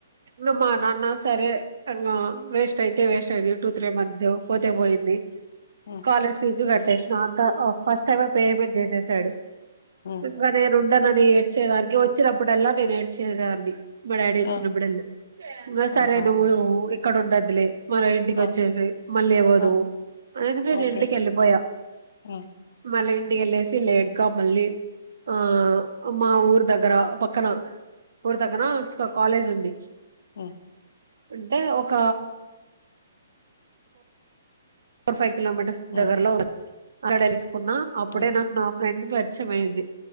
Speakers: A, on the right; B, on the left.
A: నువ్ మా నాన్న సరే ఆ వేస్ట్ అయితే వేస్ట్ అయింది. టూ త్రీ మంద్స్ పోతే పోయింది.
B: ఉమ్,
A: కాలేజ్ ఫీజు క తెస్నొ అంతా ఫస్ట్ టైమ్ పేమెంట్ చేసేసాడు.
B: ఉమ్,
A: ఇంగా నేను ఉండనని ఏడ్చేవారికి వచ్చినప్పుడల్లా నేన ఏడ్చేదాని మ డాడి వచ్చినడల్లా
B: ఆ,
A: వసారే
B: ఆహాహా,
A: నువ్వు అక్కడ ఉండదులే మన ఇంటికి
B: ఆ,
A: వచ్చేయ్ అంది. మళ్ళీవొదువు
B: ఆ,
A: అనేసిపె నేను
B: ఓకే
A: ఇంటికి వెళ్ళిపోయా
B: ఉమ్,
A: మళ్ళీ ఇ ఇంటికెళ్ళెసి లేట్గా మళ్ళీ ఆ మా ఊరు దగ్గర పక్కన రి తగ్గన స్ కాలేజ్ ఉంది.
B: ఉ
A: అంటే ఒక ర్ ఫైవ్ కిలోమీటర్స్
B: ఉమ్,
A: దగర్లో ఆడెలిస్ కున్నా అప్పుడే
B: ఉమ్,
A: నాకు నా ఫ్రెండ్. స్వచ్చమైంది‌